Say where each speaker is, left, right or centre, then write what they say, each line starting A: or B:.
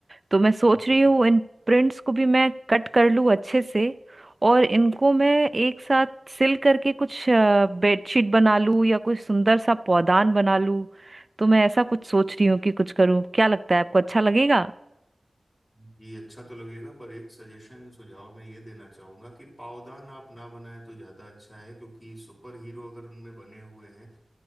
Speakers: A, on the right; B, on the left.
A: तो मैं सोच
B: हम्म
A: रही हूँ इन प्रिंट्स को भी मैं कट कर लूँ अच्छे से और इनको मैं एक साथ सिल करके कुछ बेडशीट बना लूँ या कुछ सुंदर सा पौधान बना लूँ तो मैं ऐसा कुछ सोच रही हूँ कि कुछ करूँ क्या लगता है आपको अच्छा लगेगा
B: जी अच्छा तो लगेगा पर एक सजेशन सुझाव मैं ये देना चाहूंगा कि पावदान आप ना बनाएं तो ज्यादा अच्छा है क्योंकि सुपर हीरो अगर उनमें बने हुए हैं